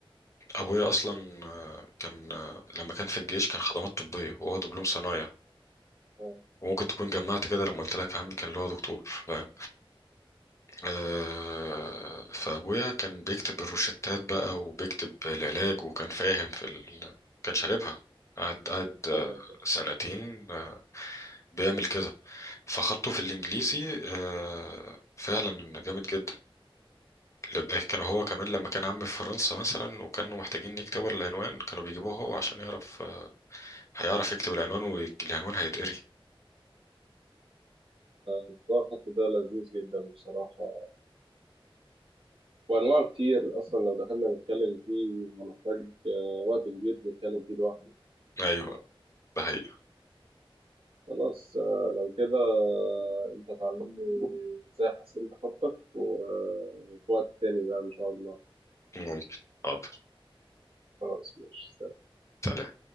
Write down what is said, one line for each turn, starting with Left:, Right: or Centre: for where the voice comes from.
Left: ابويا اصلا آه، كان آه، لما كان في الجيش كان خدمات طبيه وهو دبلوم صنايع
Right: اه
Left: وممكن تكون جمعت كده لما قلت لك عمي كان اللي هو دكتور فاهم آه فابويا كان بيكتب الروشتات بقى وبيكتب العلاج وكان فاهم في ال... كان شاربها قعد قعد آه،
Right: فاهم.
Left: سنتين آه، بيعمل كده فخدته في الانجليزي آه، فعلا جامد جدا لد- كان هو كمان لما كان عمي في فرنسا مثلا وكانوا محتاجين يكتبوا العنوان كانوا بيجيبوه هو عشان يعرف آه، هيعرف يكتب العنوان والعنوان هيتقري
Right: موضوع الخط ده لذيذ جدا بصراحة وانواعه كتير اصلا لو دخلنا نتكلم فيه هنحتاج آه، وقت كبير نتكلم فيه لوحده
Left: ايوه ده حقيقة
Right: خلاص آه، لو كده آه، انت تعلمني ازاي حسنت خطك وفي وقت تاني بقى ان شاء الله
Left: ممكن حاضر
Right: خلاص ماشي
Left: سلام